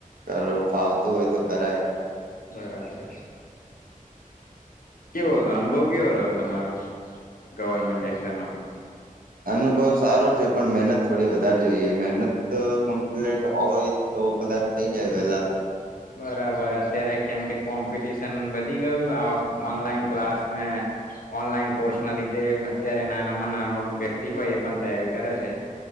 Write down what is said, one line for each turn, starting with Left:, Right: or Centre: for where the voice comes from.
Right: કર ફાવતું હોય તો કેરાય
Left: બરાબર કેવો હતો અનુભવ કેવો રહ્યો તમારો ગવર્મેન્ટ એક્ષામ આપીને
Right: અનુભવ સારો છે પણ મહેનત થોડી વધારે જોઈએ મહેનત તો કમ્પ્લીટ હોય તો કદાચ થઈ જાય વેલા
Left: બરાબર અત્યારે કેમ કે કોમ્પિટિશન વધી ગયું આ ઓનલાઈન ક્લાસ ને ઓનલાઈન કોર્સ ના લીધે અત્યારે નાનામાં નાનો વ્યક્તિ હોય એ પણ તૈયારી કરે છે